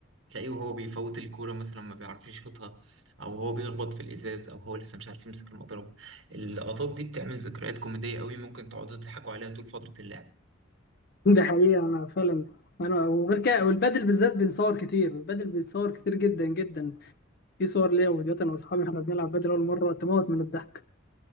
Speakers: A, on the right; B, on the left.
A: تلاقيه وهو بيفوت الكورة مثلا ما بيعرفش يشوطها أو هو بيخبط في الإزاز أو هو لسه مش عارف يمسك المضرب اللقطات دي بتعمل ذكريات كوميدية قوي ممكن تقعدوا تضحكوا عليها طول فترة اللعب
B: دي حقيقة أنا فعلا أنا وغير كده والبادل بالذات بنصور كتير البادل بنصور كتير جدا جدا في صور ليا وفيديوهات أنا وأصحابي إحنا بنلعب بادل أول مرة تموت من الضحك